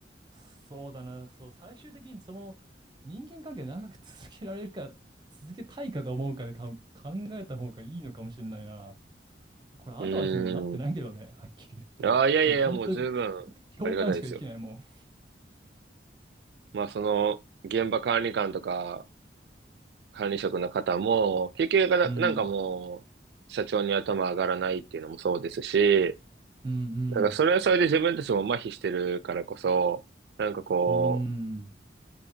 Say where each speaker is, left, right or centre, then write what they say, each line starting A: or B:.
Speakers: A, on the right; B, on the right.
A: そうだな、そう、最終的にその人間関係長く続けられるか、続けたいかと思うかでかん考えた方がいいのかもしれないな。これアドバイスにもなってないけどね、
B: う
A: はっきり言って。
B: ーん。ああ、いやいやいや、
A: なんか本当に
B: もう十分ありがたいですよ。
A: 共感しかできないもん。
B: まあ、その、現場管理官とか、管理職の方も、結局な、
A: うん、
B: なんかもう、社長に頭上がらないっていうのもそうですし、
A: うん、う
B: なんかそれはそれで自分たちも麻痺してるからこそ、
A: ん、
B: なんかこう、
A: うん、